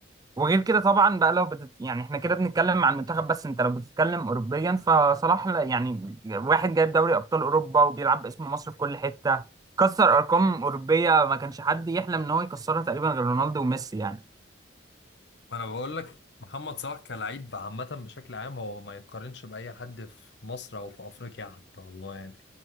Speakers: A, on the right; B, on the left.
A: وغير كده طبعا بقى لو بتت... يعني احنا كده بنتكلم عن المنتخب بس انت لو بتتكلم اوروبيا فصلاح لا- يعني واحد جايب دوري ابطال اوروبا وبيلعب باسم مصر في كل حتة كسر ارقام اوروبيه ما كانش حد يحلم ان هو يكسرها تقريبا غير رونالدو وميسي يعني
B: ما انا بقول لك محمد صلاح كلاعب عامة بشكل عام هو ما يقارنش بأي حد في مصر أو في أفريقيا حتى والله يعني